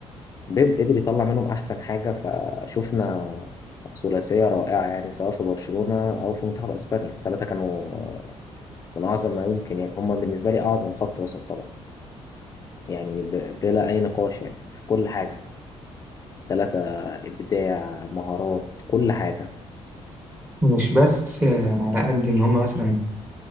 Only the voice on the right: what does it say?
مش بس آه، على قد إن هما مثلا